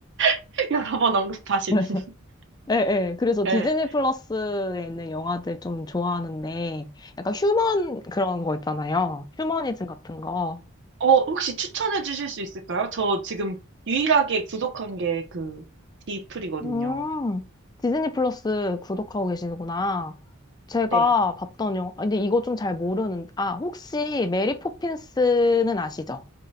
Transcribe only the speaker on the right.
<laughs> 여러 번 언급하시는.
<laughs>
네.
어, 혹시 추천해 주실 수 있을까요? 저 지금 유일하게 구독한 게 그 디플이거든요.
네.